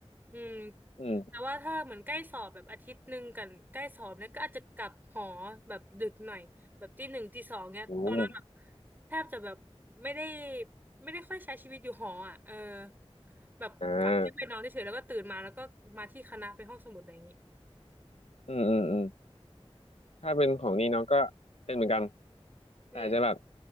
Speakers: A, on the right; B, on the left.
A: อืม
B: อืม
A: แต่ว่าถ้าเหมือนใกล้สอบแบบอาทิตย์หนึ่งกันใกล้สอบเนี่ยก็อาจจะกลับหอแบบดึกหน่อยแบบตีหนึ่งตีสองเนี่ยตอนนั้นแบบ
B: อืม
A: แทบจะแบบไม่ได้ ไม่ได้ค่อยใช้ชีวิตอยู่หออ่ะเออแบบกลับที่ไปนอนเฉยๆแล้วก็ตื่นมาแล้วก็มาที่คณะไปห้องสมุดอะไรอย่างงี้
B: อ่าอืมอืมอืมถ้าเป็นของนี่น้องก็เป็นเหมือนกันแต่จะแบบ
A: อืม